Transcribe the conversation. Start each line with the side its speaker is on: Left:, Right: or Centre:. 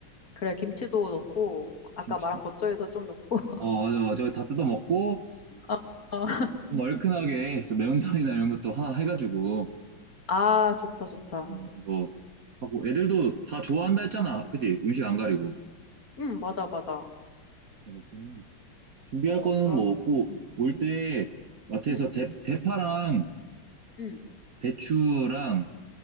Left: 그래, 김치도 넣고, 아까
Right: 김치
Left: 말한 겉절이도 좀 넣고. <laughs>
Right: 어 맞아 저기 다 뜯어 먹고
Left: 어, 어.
Right: 좀 얼큰하게 저 매운탕이나 이런 것도 하나 해가지고
Left: 아, 좋다, 좋다.
Right: 어, 이거 하고 애들도 다 좋아한다 했잖아 그지 음식 안 가리고
Left: 음, 맞아, 맞아.
Right: 맞아, 그러면 준비할
Left: 오,
Right: 거는
Left: 그럼.
Right: 뭐 없고
Left: 음,
Right: 올 때 마트에서
Left: 음,
Right: 대, 대파랑
Left: 음.
Right: 배추랑